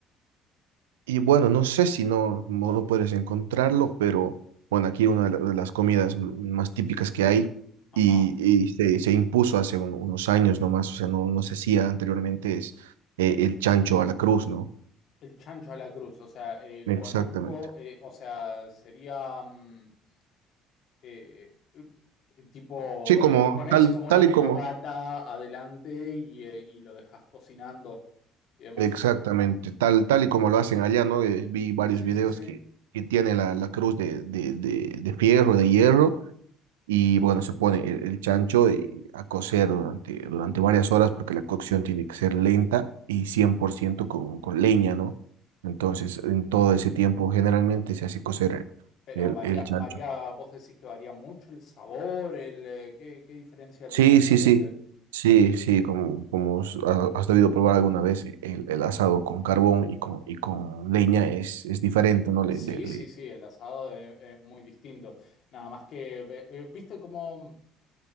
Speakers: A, on the right; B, on the left.
A: Y bueno, no sé si no, no no puedes encontrarlo, pero bueno, aquí una de, la- de las comidas m- más típicas que hay
B: Ajá.
A: y, y se, se impuso hace un- unos años nomás, o sea, no, no se hacía anteriormente, es eh, el chancho a la cruz, ¿no?
B: El chancho a la cruz, o sea, eh, conozco,
A: Exactamente.
B: eh, o sea, sería... mm, eh, eh, tipo,
A: Sí, como
B: eh, pones
A: tal,
B: como una
A: tal
B: fogata
A: y como,
B: adelante y, eh, y lo dejas cocinando y demás.
A: exactamente, tal, tal y como lo hacen allá, ¿no? Eh, vi varios
B: Sí,
A: videos
B: sí, sí.
A: que, que tiene la, la cruz de, de, de, de fierro, de hierro y bueno, se pone el, el chancho eh, a cocer durante, durante varias horas porque la cocción tiene que ser lenta y 100% con, con leña, ¿no? Entonces, en todo ese tiempo generalmente se hace cocer
B: Pero
A: el,
B: varía,
A: el chancho.
B: varía, vos decís que varía mucho el sabor, el, eh, ¿qué, qué diferencia
A: Sí,
B: tiene realmente?
A: sí, sí, sí, sí, como, como s- ha- has debido probar alguna vez, eh, el, el asado con carbón y con, y con leña es, es diferente, ¿no? Le,
B: Sí,
A: le- le-
B: sí, sí, el asado es, es muy distinto. Nada más que, eh, eh, viste como,